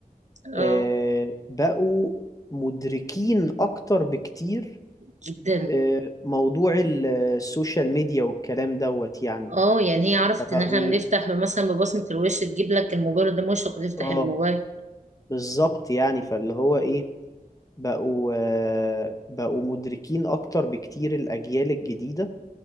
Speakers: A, on the right; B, on the left.
A: <laughs> اه
B: آه، بقوا مدركين أكتر بكتير
A: جدا
B: آه، موضوع ال- السوشيال ميديا والكلام دوت يعني
A: اه يعني هي عرفت
B: فبقوا
A: ان احنا بنفتح مثلا ببصمة الوش تجيب لك الموبايل ده مشرق وتفتح
B: اه
A: الموبايل
B: بالظبط يعني فاللي هو ايه بقوا آه، بقوا مدركين أكتر بكتير الأجيال الجديدة